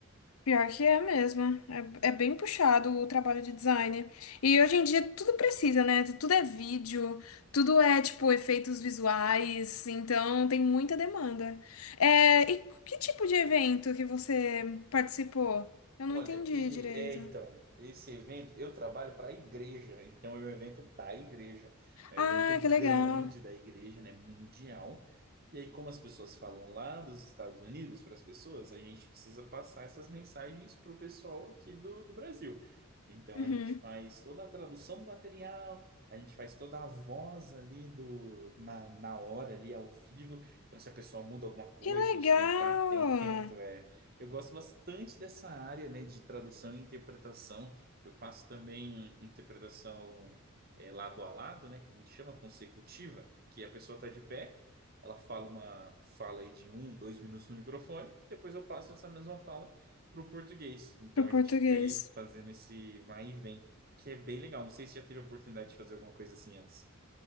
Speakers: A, on the left; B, on the right.
A: Pior que é mesmo. É, é bem puxado o trabalho de design. E hoje em dia tudo precisa, né? Tudo é vídeo, tudo é, tipo, efeitos visuais. Então tem muita demanda. É, e que tipo de evento que você participou? Eu
B: Olha,
A: não entendi
B: e
A: direito.
B: é então, esse evento, eu trabalho para a igreja, então é um evento da igreja, é
A: Ah,
B: um evento grande
A: que legal.
B: da igreja, né, mundial. E aí, como as pessoas falam lá dos Estados Unidos para as pessoas, a gente precisa passar essas mensagens para o pessoal aqui do, do Brasil. Então,
A: Uhum.
B: a gente faz toda a tradução do material, a gente faz toda a voz ali do, na, na hora, ali ao vivo. Então, se a pessoa muda alguma coisa,
A: Que legal!
B: a gente tem que estar atento. <laughs> é, eu gosto bastante dessa área, né, de tradução e interpretação. Eu faço também um, interpretação é, lado a lado, né, que a gente chama consecutiva, que a pessoa está de pé, ela fala uma fala aí de um, dois minutos no microfone, depois eu passo essa mesma fala para o português. Então
A: Pro
B: a
A: português.
B: gente fica aí fazendo esse vai e vem, que é bem legal. Não sei se já teve a oportunidade de fazer alguma coisa assim antes.